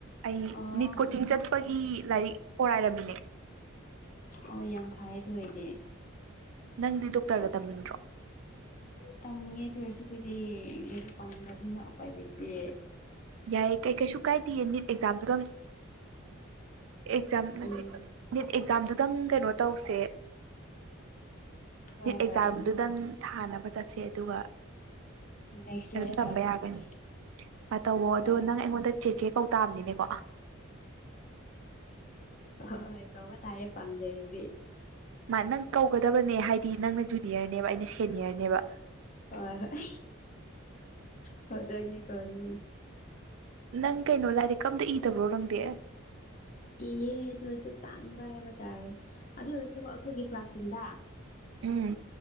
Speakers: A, on the right (about 70°); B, on the left (about 35°).
A: ꯑꯩ
B: ꯑꯣ
A: ꯅꯤꯠ ꯀꯣꯆꯤꯡ ꯆꯠꯄꯒꯤ ꯂꯥꯏꯔꯤꯛ ꯑꯣꯔꯥꯏꯔꯝꯃꯤꯅꯦ
B: ꯑꯣ ꯌꯥꯝ ꯐꯩ ꯑꯗꯨ ꯑꯣꯏꯗꯤ
A: ꯅꯪꯗꯤ ꯗꯣꯛꯇꯔꯒ
B: ꯍꯣꯏ
A: ꯇꯝꯅꯤꯡꯗ꯭ꯔꯣ
B: ꯇꯝꯅꯤꯡꯉꯦ ꯑꯗꯨ ꯑꯣꯏꯔꯁꯨ ꯈꯣꯏꯗꯤ ꯂꯩꯔꯤꯛ ꯄꯥꯅꯤꯡꯗꯕꯅꯤꯅ ꯎꯄꯥꯏ ꯂꯩꯇꯦ
A: ꯌꯥꯏꯌꯦ ꯀꯩ ꯀꯩꯁꯨ ꯀꯥꯏꯗꯦ ꯅꯤꯠ ꯑꯦꯛꯖꯥꯝꯗꯨꯗꯪ ꯑꯦꯛꯖꯥꯝ ꯅꯠꯇꯦ
B: ꯎꯝ
A: ꯅꯤꯠ ꯑꯦꯛꯖꯥꯝꯗꯨꯗꯪ ꯀꯩꯅꯣ ꯇꯧꯁꯦ
B: ꯍꯣꯏ
A: ꯅꯤꯠ
B: ꯍꯣꯏ
A: ꯑꯦꯛꯖꯥꯝꯗꯨꯗꯪ ꯊꯥꯅꯕ ꯆꯠꯁꯦ ꯑꯗꯨꯒ
B: ꯅꯦꯁ
A: ꯑꯗꯨꯝ
B: ꯌꯥꯔꯗ
A: ꯇꯝꯕ
B: ꯇ꯭ꯔꯥꯏ ꯇꯧꯔꯒꯦ
A: ꯌꯥꯒꯅꯤ ꯇꯧꯋꯣ ꯑꯗꯣ
B: ꯍꯣꯏ
A: ꯅꯪ ꯑꯩꯉꯣꯟꯗ ꯆꯦ ꯆꯦ ꯀꯧꯇꯥꯥꯝꯅꯤꯅꯦꯀꯣ
B: ꯍꯣ ꯍꯣꯏ ꯀꯧꯕ ꯇꯥꯔꯦ ꯄꯥꯝꯖꯔꯗꯤ
A: ꯃꯥ ꯅꯪ ꯀꯧꯒꯗꯕꯅꯦ ꯍꯥꯏꯗꯤ ꯅꯪꯅ ꯖꯨꯅꯤꯌꯔꯅꯦꯕ ꯑꯩꯅ ꯁꯦꯅꯤꯌꯔꯅꯦꯕ
B: ꯍꯣꯏ ꯍꯣꯏ ꯐꯗꯣꯏꯅꯦ ꯀꯧꯗꯣꯏꯅꯦ
A: ꯅꯪ ꯀꯩꯅꯣ ꯂꯥꯏꯔꯤꯛ ꯀ ꯑꯝꯇ ꯏꯗꯕ꯭ꯔꯣ ꯅꯪꯗꯤ
B: ꯏꯌꯦ ꯑꯗꯨ ꯑꯣꯏꯔꯁꯨ ꯇꯟꯕ ꯍꯥꯏꯕ ꯇꯥꯔꯦ ꯑꯗꯨ ꯑꯣꯏꯔꯁꯨꯀꯣ ꯑꯩꯈꯣꯏꯒꯤ ꯀ꯭ꯂꯥꯁꯔꯨꯝꯗ
A: ꯎꯝ